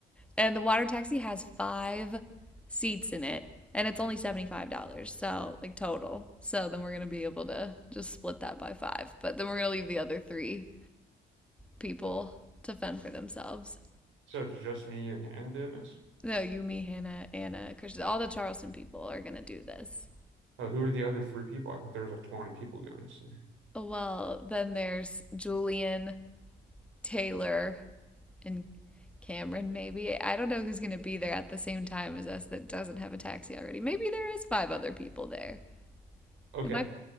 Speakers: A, in the centre; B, on the right (about 85°).
A: And the water taxi has five seats in it, and it's only $75, so like total. So then we're gonna be able to just split that by five. But then we're gonna leave the other three people to fend for themselves.
B: So it's just me, you, and Hannah doing this?
A: No, you, me, Hannah, Anna, Christian, all the Charleston people are gonna do this.
B: Oh, who are the other three people? I thought there was like 20 people going this thing.
A: Well, then there's Julian, Taylor, and Cameron, maybe. I don't know who's going to be there at the same time as us that doesn't have a taxi already. Maybe there is five other people there.
B: Okay.
A: It might,